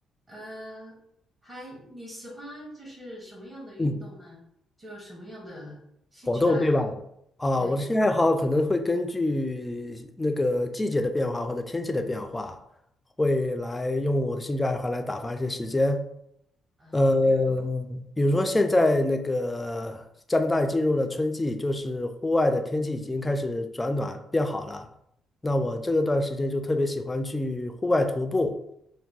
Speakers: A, on the right; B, on the left.
A: 呃，还你喜欢就是什么样的运动呢？
B: 嗯，
A: 就什么样的兴趣爱好？
B: 活动对吧？啊，
A: 对，
B: 我的兴趣爱好可能会根据那个季节的变化或者天气的变化，会来用我的兴趣爱好来打发一些时间。
A: 啊，
B: 呃，
A: 比如，
B: 比如说现在那个加拿大也进入了春季，就是户外的天气已经开始转暖变好了。那我这个段时间就特别喜欢去户外徒步。